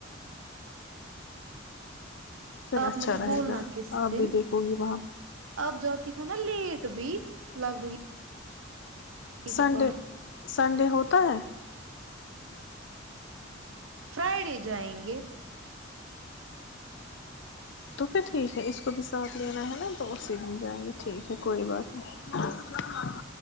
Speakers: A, on the left; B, on the right.
A: پھر
B: آپ
A: اچھا
B: مجھے
A: رہے
B: بولنا
A: گا
B: کس
A: آپ
B: دن
A: بھی دیکھو گی وہاں
B: آپ جاتی ہو نا لیٹ بھی لگ بگ ہی
A: سنڈے
B: ہی پان
A: سنڈے ہوتا ہے
B: فرائیڈے جائیں گے
A: تو پھر ٹھیک ہے اس کو بھی ساتھ لینا ہے نا تو اسی من جائیں گے ٹھیک ہے کوئی بات نہیں